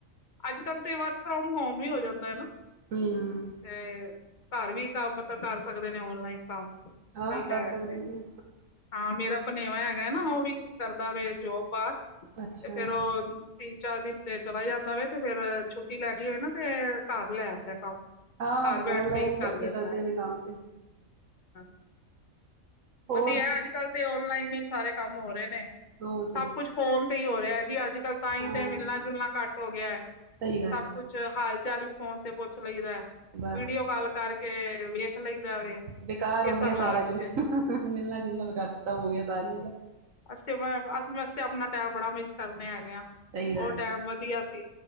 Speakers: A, on the left; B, on the right.
A: ਅੱਜ-ਕੱਲ੍ਹ ਤੇ ਵਰਕ ਫਰੋਮ ਹੋਮ ਹੀ ਹੋ ਜਾਂਦਾ ਹੈ ਨਾ
B: ਹਮ
A: ਤੇ, ਘਰ ਵੀ ਤਾਂ ਮਤਲਬ ਕਰ ਸਕਦੇ ਨੇ ਔਨਲਾਈਨ ਕੰਮ ਸਹੀ
B: ਹਾਂ
A: ਲੈਣ
B: ਕਰ ਸਕਦੇ
A: ਤੇ
B: ਨੇ
A: ਹਾਂ ਮੇਰਾ ਭਨੇਵਾ ਹੈਗਾ ਨਾ ਉਹ ਵੀ ਕਰਦਾ। <unintelligible> ਬਾਹਰ
B: ਅੱਛਾ
A: ਤੇ ਫੇਰ ਉਹ ਤਿੰਨ ਚਾਰ ਦਿਨ ਤੇ ਚਲਾ ਜਾਂਦਾ ਵ ਛੁੱਟੀ ਲੈਣੀ ਹੋਏ ਨਾ ਤੇ ਘਰ ਲੈ ਆਂਦਾ। ਕੰਮ
B: ਹਾਂ
A: ਘਰ ਬੈਠ
B: ਹੋਰ ਲਾਈਨ
A: ਕੇ ਹੀ ਕਰ
B: ਬੱਚੇ
A: ਲੈਂਦਾ
B: ਕਰਦੇ ਨੇ ਕੰਮ ਤੇ,
A: ਹਾਂ,
B: ਹੋਰ
A: ਵਧੀਆ ਅੱਜ-ਕੱਲ੍ਹ ਤੇ ਔਨਲਾਈਨ ਈ ਸਾਰੇ, ਕੰਮ ਹੋ ਰਹੇ ਨੇ,
B: ਹੋਰ ਕੀ
A: ਸਭ ਕੁਛ ਹੋਮ ਸਹੀ ਹੋ ਰਿਹਾ ਜੀ ਅੱਜ ਲ ਤਾਂਹੀ
B: ਹਾਂ
A: ਤੇ ਮਿਲਣਾ ਜੁਲਣਾ ਘੱਟ ਹੋ ਗਿਆ
B: ਸਹੀ ਗੱਲ
A: ਸਭ
B: ਹੈ
A: ਕੁਛ ਹਾਲ, ਚੱਲ ਵੀ ਫੋਨ ਤੇ ਪੁੱਛ ਲਈਦਾ।
B: ਬਸ
A: ਵੀਡੀਓ ਕਾਲ ਕਰਕੇ ਵੇਖ ਲਈ ਦਾ ਵੇ
B: ਬੇਕਾਰ
A: ਕਿਸ
B: ਹੋ ਗਿਆ
A: ਹਾਲਾਤ
B: ਸਾਰਾ ਕੁਛ
A: ਚ
B: ਮਿਲਣਾ ਜਿੰਨਾ ਵਿਕਾਸ਼ਤਾ ਹੋਇਆ ਸਾਰੀਆਂ, <unintelligible>
A: ਅਸੀ ਤੇ ਮੈਂ ਅਸੀਂ ਵਸਤੇ ਆਪਣਾ ਟੈਮ ਬੜਾ ਮਿਸ ਕਰਨੇ ਹੈਗੇ ਆ
B: ਸਹੀ ਗੱਲ
A: ਉਹ
B: ਹੈ
A: ਟੈਮ ਵਧੀਆ ਸੀ